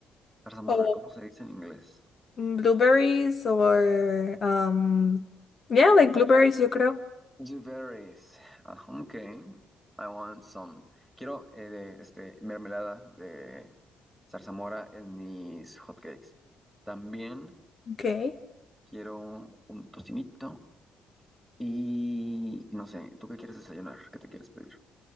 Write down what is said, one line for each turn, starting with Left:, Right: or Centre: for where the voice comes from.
Centre: Zarzamora,
Left: ¿O
Centre: ¿cómo se dice en inglés?
Left: mm, blueberries? ¿O...? um, yeah, like blueberries, yo creo.
Centre: Blueberries. Ah, ok. I want some. Quiero eh, de, este, mermelada de zarzamora en mis hotcakes. También
Left: Okay.
Centre: quiero un tocinito y y no sé, ¿tú qué quieres desayunar? ¿Qué te quieres pedir?